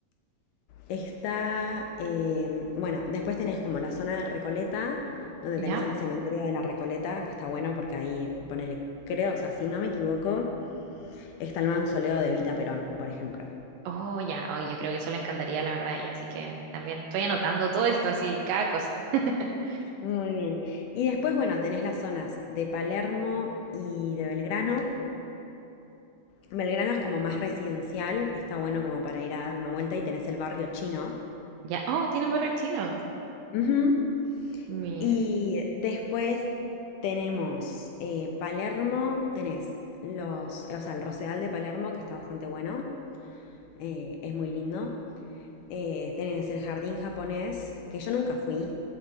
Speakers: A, on the left; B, on the right.
A: Está, eh, bueno, después tenés como la zona de Recoleta, donde
B: ¿Ya?
A: tenés el cementerio de la Recoleta, que está bueno porque ahí, ponele, creo, o sea, si no me equivoco, está el mausoleo de Evita Perón, por ejemplo.
B: Oh, ya. Oh, yo creo que eso le encantaría, la verdad, a ella. Así que también estoy anotando todo esto, así, cada cosa. Ujú, <laughs>
A: Muy bien. Y después, bueno, tenés las zonas de Palermo y de Belgrano. Belgrano es como más residencial, está bueno como para ir a dar una vuelta y tenés el barrio chino.
B: Ya. Oh, tiene borrachino.
A: Ujú.
B: Mira.
A: Y después tenemos eh, Palermo, tenés los, o sea, el Rosedal de Palermo, que está bastante bueno, eh, es muy lindo. Eh, tenés el jardín japonés, que yo nunca fui,